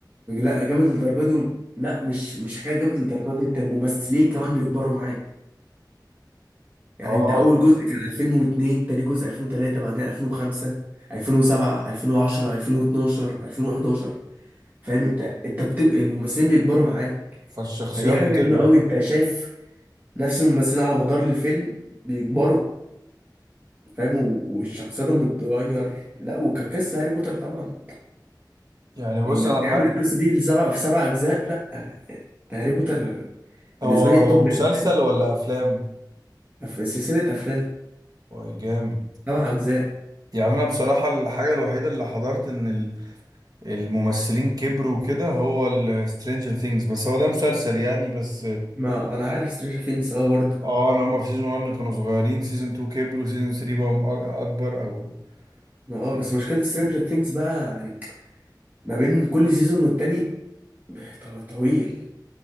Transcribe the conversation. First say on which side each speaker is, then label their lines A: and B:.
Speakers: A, on the right; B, on the right.
A: لا جامد للدرجه دي لا مش مش حكايه جامد للدرجه دي انت الممثلين كمان بيكبروا معاك يعني
B: اه
A: انت اول جزء كان 2002 تاني جزء 2003 بعدين 2005 2007 2010 2012 2011 فاهم انت انت بتك... الممثلين بيكبروا معاك
B: فالشخصيات
A: فدي حاجه
B: بتكبر
A: حلوه قوي انت شايف نفس الممثلين على مدار الفيلم بيكبروا فاهم و- وشخصياتهم بتتغير لا وكقصة هاري بوتر طبعا
B: يعني بص
A: انك
B: انا
A: تعمل
B: الحق
A: القصة دي لسبع في سبع اجزاء لا ده هاري بوتر بالنسبة
B: هو هو
A: لي توب
B: مسلسل
A: الافلام
B: ولا افلام
A: في سلسلة افلام
B: هو جامد
A: سبع اجزاء
B: يعني انا بصراحة الحاجة الوحيدة اللي حضرت ان ال- الممثلين كبروا وكده هو السترينجر ثينجز بس هو ده مسلسل يعني بس
A: ما انا عارف سترينجر ثينجز اه برضه
B: اه ان هما في سيزون 1 كانوا صغيرين سيزون 2 كبروا سيزون 3 بقوا أ- اكبر او <laughs>
A: اه بس مشكلة سترينجر ثينجز بقى يعني ما بين كل سيزون والتاني ط- طويل